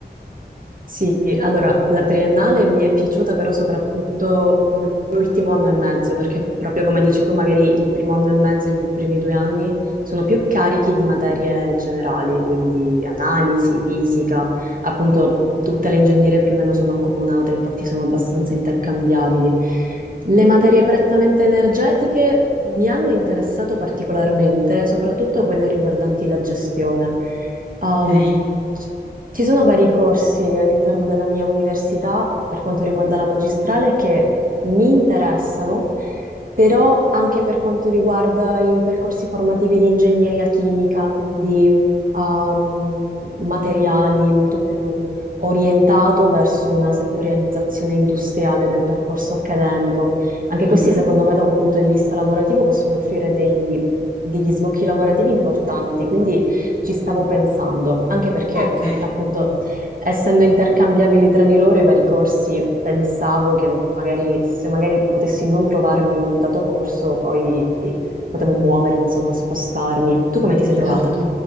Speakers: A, on the right (about 50°); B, on the left (about 50°).
A: Sì, allora la triennale mi è piaciuta però soprattutto l'ultimo anno e mezzo, perché proprio come dici tu, magari il primo anno e mezzo e i primi due anni sono più carichi di materie generali, quindi analisi, fisica, appunto tutte le ingegnerie più o meno sono accomunate, infatti sono abbastanza intercambiabili. Le materie prettamente energetiche mi hanno interessato particolarmente, soprattutto quelle riguardanti la gestione. Um,
B: Ok,
A: ci sono vari corsi all'interno della mia università per quanto riguarda la magistrale che mi interessano, però anche per quanto riguarda i percorsi formativi di ingegneria chimica, quindi ehm, materiali molto più orientato verso una settorializzazione industriale del percorso accademico. Anche questi,
B: Mhm.
A: secondo me, da un punto di vista lavorativo possono offrire dei- degli sbocchi lavorativi importanti, quindi ci stavo pensando, anche perché
B: Ok,
A: appunto essendo intercambiabili tra di loro i vari corsi, pensavo che magari se magari potessi non trovarmi in un dato corso, poi potevo muovermi, insomma, spostarmi. Tu come ti sei
B: certo.
A: trovata?